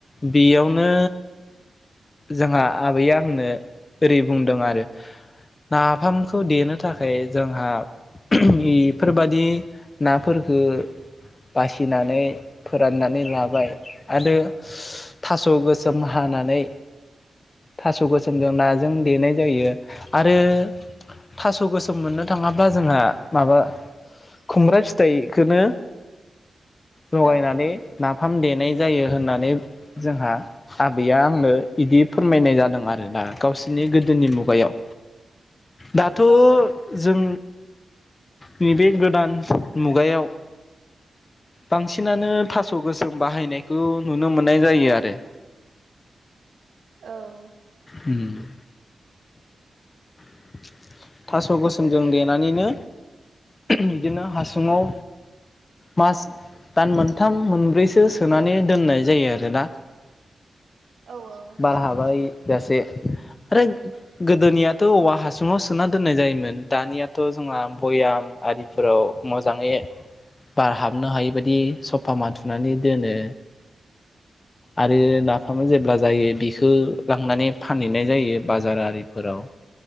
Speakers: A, on the left; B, on the right.
A: बेयावनो जोंहा आबैया आंनो ओरै बुंदों आरो नाफामखौ देनो थाखाय जोंहा <unintelligible> बेफोरबादि नाफोरखो बासिनानै फोराननानै लाबाय आरो थास' गोसोम हानानै थास' गोसोमजों नाजों देनाय जायो आरो थास गोसोम मोननो थाङाब्ला जोंहा माबा खुमब्रा फिथाइखोनो लगायनानै
B: औ
A: नाफाम देनाय जायो होननानै जोंहा आबैया आंनो इदि फोरमायनाय जादों आरोना गावसोरनि गोदोनि मुगायाव। दाथ'
B: औ
A: जों नैबे गोदान मुगायाव बांसिनानो थास' गोसोम बाहायनायखौ नुनो मोननाय जायो आरो।
B: औ
A: उम <inaudible> <inaudible> थास' गोसोमजों
B: जोंनि
A: देनानैनो बिदिनो हासुङाव मास दान मोनथाम मोनब्रैसो सोनानै दोननाय जायो आरोना।
B: औ औ
A: बार
B: थारैनो
A: हाबायजासे। आरो गोदोनियाथ औवा हा सुङाव सोना दोननाय जायोमोन दानियाथ जोंहा भयाम आरिफोराव मोजाङै बार हाबनो हायै बायदि सफा माथुनानै दोनो आरो नाफाम जेब्ला जायो बिखौ लांनानै फानहैनाय जायो बाजार आरिफोराव।